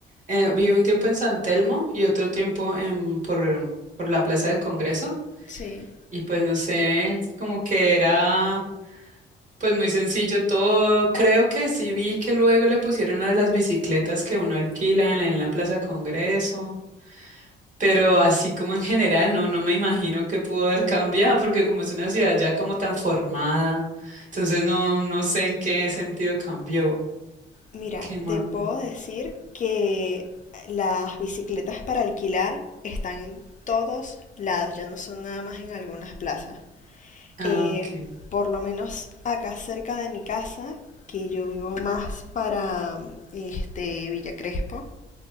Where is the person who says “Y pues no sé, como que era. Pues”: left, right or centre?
Right